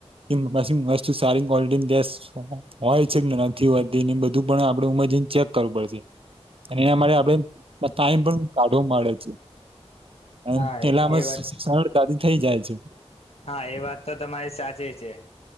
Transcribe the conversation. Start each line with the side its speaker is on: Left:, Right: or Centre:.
Right: એ પછી વસ્તુ સારી ક્વલિટીની હોય છે, કે નથી હોતી બધું પણ આપણે ઉમરજીને ચેક કરવું પડશે અને એના માટે આપણે ટાઈમ પણ કાઢો મળે છે અને
Left: હા
Right: પેલા આમાં
Left: એ વાત
Right: શળ દાદી થઈ જાય છે્
Left: હા એ વાત તો તમારી સાચી છે.